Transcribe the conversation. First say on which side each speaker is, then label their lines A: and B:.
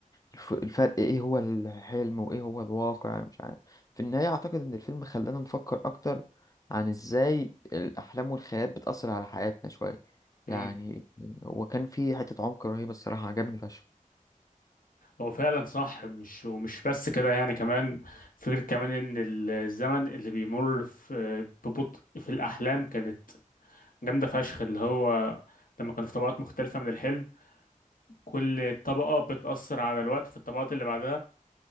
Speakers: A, on the left (about 25°); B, on the left (about 85°).
A: الف- الفرق ايه هو الحلم وايه هو الواقع مش عارف في النهاية اعتقد ان الفيلم خلانا نفكر اكتر عن ازاي الاحلام والخيال بتأثر على حياتنا شوية
B: ده
A: يعني هو كان فيه حتة عمق رهيبة الصراحة عجبني فشخ
B: هو فعلا صح مش ومش بس كده يعني كمان فكرة كمان ان الزمن اللي بيمر في ببطء في الاحلام كانت جامدة فشخ اللي هو لما كانوا في طبقات مختلفة من الحلم كل طبقة بتأثر على الوقت في الطبقات اللي بعدها